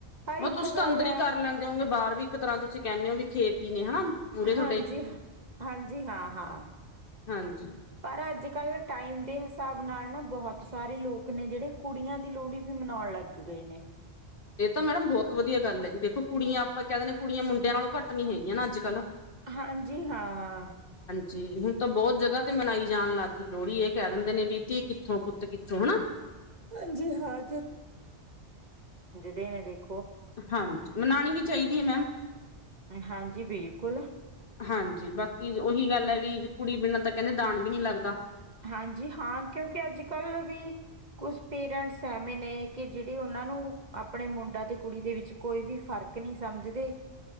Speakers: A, on the right (about 40°); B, on the left (about 50°).
A: ਪਰ
B: ਮ
A: ਇੱਕ
B: ਤੁਸੀਂ ਤਾਂ
A: ਗੱਲ
B: ਅੰਦਰ
A: ਹੈ।
B: ਹੀ ਕਰ ਲੈਂਦੇ ਹੋਗੇ ਬਾਹਰ ਵੀ ਇੱਕ ਤਰ੍ਹਾਂ ਤੁਸੀਂ ਕਹਿੰਨੇ ਓ, ਵੀ ਖੇਤੀ ਨੇ ਹਨਾ। ਮੂਹਰੇ ਤੁਹਾਡੇ
A: ਹਾਂਜੀ, ਹ ਹਾਂਜੀ, ਹਾਂ- ਹਾਂ
B: ਹਾਂਜੀ
A: ਪਰ ਅੱਜ ਕੱਲ ਟਾਈਮ ਦੇ ਹਿਸਾਬ ਨਾਲ ਨਾ, ਬਹੁਤ ਸਾਰੇ ਲੋਕ ਨੇ ਜਿਹੜੇ, ਕੁੜੀਆਂ ਦੀ ਲੋਹੜੀ ਵੀ ਮਨਾਉਣ ਲੱਗ ਗਏ ਨੇ।
B: ਇਹ ਤਾਂ ਮੈਡਮ ਬਹੁਤ ਵਧੀਆ ਗੱਲ ਹੈ ਜੀ, ਦੇਖੋ ਕੁੜੀਆਂ ਆਪਾਂ ਕਹਿ ਦਿੰਦੇ ਕੁੜੀਆਂ ਮੁੰਡਿਆਂ ਨਾਲੋਂ ਘੱਟ ਨ ਹੈਗੀਆਂ ਨਾ, ਅੱਜ ਕੱਲ੍ਹ
A: ਹਾਂਜੀ ਹਾਂ।
B: ਜੀ ਹੁਣ ਤਾਂ ਬਹੁਤ ਜਗਾ ਤੇ ਮਨਾਈ ਜਾਣ ਲੱਗ ਗਈ ਲੋਹੜੀ, ਇਹ ਕਹਿ ਦਿੰਦੇ ਨੇ ਵੀ ਧੀ, ਕਿੱਥੋਂ ਪੁੱਤ ਕਿੱਥੋਂ ਹਨਾ।
A: ਹਾਂਜੀ ਹਾਂ ਦੇ ਨੇ ਦੇ। <inaudible>
B: ਹਾਂਜੀ ਮਨਾਣੀ ਵੀ ਚਾਹੀਦੀ ਆ ਮੈਮ,
A: ਹਾਂਜੀ ਬਿਲਕੁਲ
B: ਹਾਂਜੀ ਬਾਕੀ ਉਓਹੀ ਗੱਲ ਹੈ ਵੀ ਕੁੜੀ ਬਿਨਾਂ ਤਾਂ ਕਹਿੰਦੇ, ਦਾਨ ਵੀ ਨਹੀਂ ਲੱਗਦਾ।
A: ਹਾਂਜੀ ਹਾਂ ਕਿਉਂਕਿ ਅੱਜ -ਕੱਲ ਵੀ ਕੁਛ ਪੇਰੈਂਟਸ ਐਵੇਂ ਨੇ ਕਿ, ਜਿਹੜੇ ਉਹਨਾਂ ਨੂੰ ਆਪਣੇ ਮੁੰਡਾ ਤੇ ਕੁੜੀ ਦੇ ਵਿੱਚ ਕੋਈ ਵੀ ਫ਼ਰਕ ਨਹੀਂ ਸਮਝਦੇ